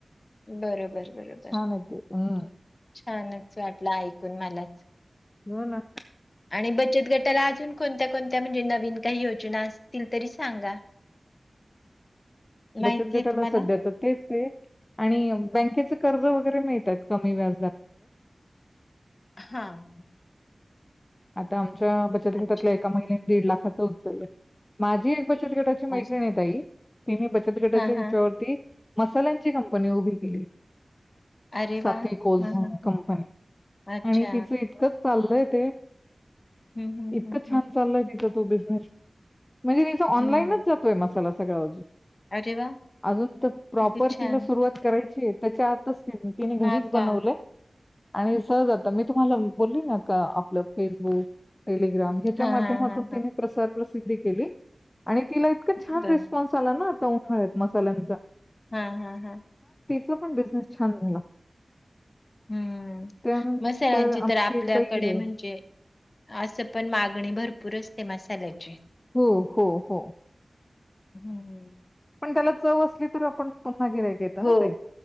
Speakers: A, on the left; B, on the left.
A: बरोबर बरोबर
B: छान आहे ते हम्म.
A: छानच <unintelligible> वाटलं ऐकून मलाच
B: हो ना
A: आणि बचत गटाला अजून कोणत्या कोणत्या म्हणजे नवीन काही योजना असतील तरी सांगा माहिती
B: बचत गटाला
A: आहे तुम्हाला
B: सध्या तर तेच आणि बँकेच <inaudible> कर् व क व्या
A: हा ह
B: आता आमच्या बचत
A: अच्छा
B: गटातल्या एका महि- दीड लाखाचा उचल आहे माझी बचत गटाची मैत
A: अच्छा
B: नताई मही बचत गटाच्या
A: हा
B: हिच्यावरती
A: हा
B: मसाल्यांची कंपनी उभी केली
A: अरे
B: <unintelligible> म्हणून
A: वा हा हा
B: कंपनी
A: अच्छा.
B: आणि तिचं इतक चाललंय ते.
A: हं, हं,
B: इतकं
A: हं,
B: छान
A: हं.
B: चाललंय तिचं तो बिझनेस म्हणजे तिचा ऑनलाईनच
A: हं.
B: जातोय मसाला. सगळ्यावाचून
A: अरे वाह!
B: अजून तर प्रॉपर
A: किती छान.
B: तिला सुरुवात करायची <unintelligible> आतच तिने
A: हां
B: घरीच
A: का?
B: बनवलंय आणि सहज आता. मी तुम्हाला बोलली ना का आपलं फेसबुक. टेलिग्राम ह्याच्या
A: हां,
B: माध्यमातून
A: हां, हां,
B: तिने
A: हां.
B: प्रसार प्रस सिद्दी केली आणि तिला इतका छान
A: बरं.
B: रिस्पॉन्स आला ना <unintelligible> आहेत मसाल्यांचा
A: हम्म हम्म हम्म.
B: ला पण बिझनेस छान झाला
A: हम्म
B: त्यानंतर
A: मसाल्यांची
B: आमची
A: तर आपल्याकडे
B: एक बाई आहे
A: म्हणजे असं पण मागणी भरपूर असते मसाल्याची.
B: हो हो हो.
A: हम्म हम्म.
B: मी त्याला चव असली तर आपण पुन्हा गिरायक येतं
A: हो
B: ना ताई.